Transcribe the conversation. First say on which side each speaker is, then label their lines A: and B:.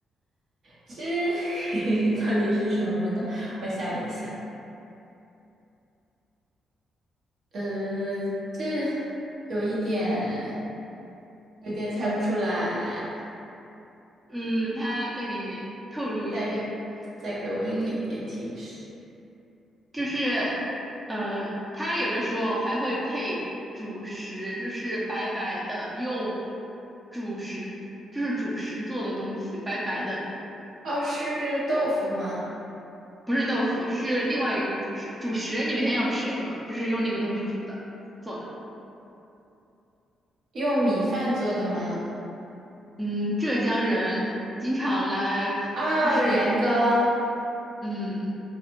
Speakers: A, on the right; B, on the right.
A: 这 <laughs> 到底是什么呢？我想一想。呃，这有一点，有点猜不出来，
B: 嗯，他再给你透露一点，
A: 再再给我一点点提示。
B: 嗯，就是，呃，他有的时候还会配主食，就是白白的用主食，就是主食做的东西，白白的，
A: 哦，是豆腐吗？
B: 不是豆腐，是另外一个主食。主食你每天要吃什么？就是用那个东西煮的做的。
A: 用米饭做的吗？
B: 嗯，浙江人经常拿来，
A: 哦，
B: 就是，
A: 年糕，
B: 嗯